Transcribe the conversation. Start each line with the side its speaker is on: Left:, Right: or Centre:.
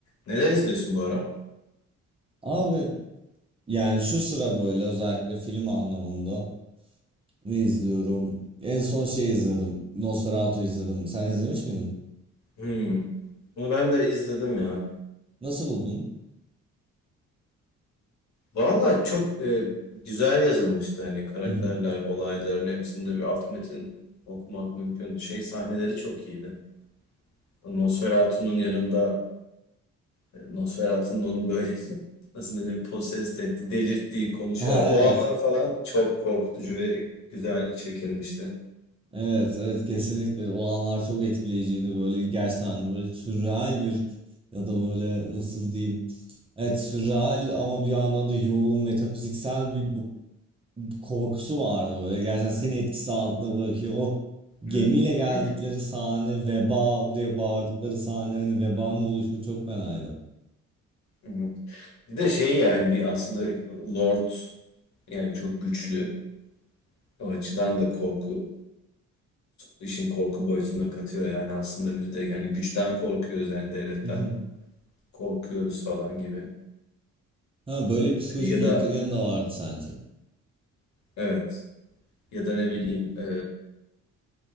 Left: Neler izliyorsun bu ara?
Right: Abi yani şu sıra böyle özellikle film anlamında ne izliyorum? En son şey izledim. Nosferatu izledim. Sen izlemiş miydin?
Left: Hmm. Bunu ben de izledim ya.
Right: Nasıl buldun?
Left: Valla çok e, güzel yazılmıştı hani karakterler,
Right: <laughs>
Left: olayların hepsinde bir alt metin okumak mümkündü. Şey sahneleri çok iyiydi. O Nosferatu'nun yanında e, Nosferatu'nun onun böyle <laughs> nasıl denir possessed etti, delirttiği konuşarak.
Right: Aha
Left: O
Right: evet.
Left: anlar falan çok korkutucu ve güzel çekilmişti.
Right: Evet evet kesinlikle o anlar çok etkileyiciydi böyle gerçekten hani böyle sürreal bir ya da böyle nasıl diyeyim Evet sürreal ama bir yandan da yoğun metafiziksel bir bu- korkusu vardı böyle. Gerçekten seni etkisi altına bırakıyor. O gemiyle
Left: Evet.
Right: geldikleri
Left: <clears throat>
Right: sahne, veba diye bağırdıkları sahne hani vebanın oluşu çok fenaydı.
Left: Evet. Bir de şey yani bir aslında Lord yani çok güçlü. O açıdan da korku işin korku boyutuna katıyor. Yani aslında biz de hani güçten korkuyoruz yani devletten
Right: <laughs>
Left: korkuyoruz falan gibi.
Right: Ha, böyle bir psikolojik
Left: E, Ya
Right: yakın
Left: da
Right: yanı da vardı sence.
Left: evet ya da ne bileyim e,